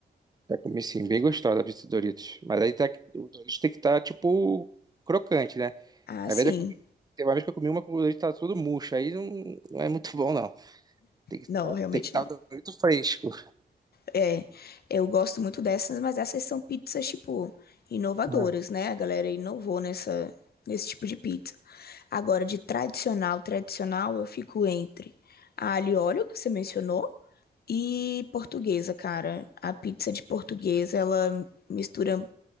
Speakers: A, on the right; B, on the left.
A: Já comi sim, bem gostosa a pizza Doritos. Mas aí tá, o Doritos tem que estar, tipo, crocante, né?
B: Ah,
A: Às
B: sim.
A: vezes eu comi. Teve uma vez que eu comi uma com o Doritos tá todo murcho. Aí não, não é muito bom, não. Tem que estar
B: Não, realmente
A: tem que tá
B: não.
A: o Dorito fresco.
B: É, eu gosto muito dessas, mas essas são pizzas, tipo, inovadoras,
A: Aham.
B: né? A galera inovou nessa, nesse tipo de pizza. Agora, de tradicional, tradicional, eu fico entre a alho e óleo, que você mencionou, e portuguesa, cara. A pizza de portuguesa, ela mistura